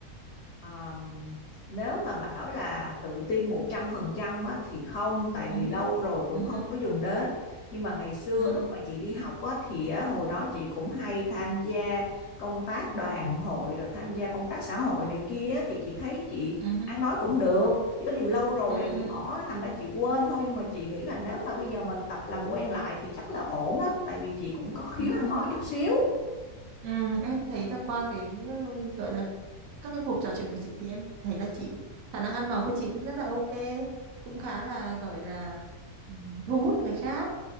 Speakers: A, on the left; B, on the right.
A: Ờm, nếu mà bảo là tự tin 100% á, thì không tại
B: Ừ
A: vì lâu
B: hứ,
A: rồi cũng
B: ừ
A: không
B: hứ,
A: có dùng đến nhưng mà ngày xưa
B: ừ,
A: lúc mà chị đi học á, thì á, hồi đó chị cũng hay tham gia công tác đoàn hội rồi tham gia công tác xã hội này kia á, thì chị thấy chị
B: ừ hứ,
A: ăn nói cũng được chỉ có điều lâu rồi
B: ừ, ừ,
A: á, chị bỏ thành ra chị quên thôi nhưng mà chị nghĩ là nếu mà bây giờ mình tập làm quen lại thì chắc là ổn đó tại vì chị cũng có khiếu
B: ừ
A: ăn
B: hứ.
A: nói một chút xíu
B: Ừ, em thấy là qua cái ừ, gọi là các cái cuộc trò chuyện của chị thì em thấy là chị khả năng ăn nói của chị cũng rất là ok cũng khá là gọi là ừm, thu hút người khác